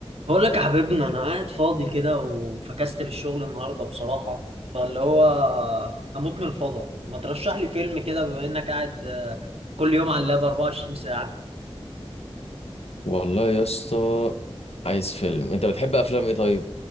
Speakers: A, on the right; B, on the left.
A: بقول لك يا حبيبنا انا قاعد فاضي كده وفكست للشغل النهارده بصراحه فاللي هو هموت من الفضا ما ترشح لي فيلم كده بما انك قاعد آه، كل يوم على اللاب 24 ساعه
B: والله يا اسطى عايز فيلم انت بتحب افلام ايه طيب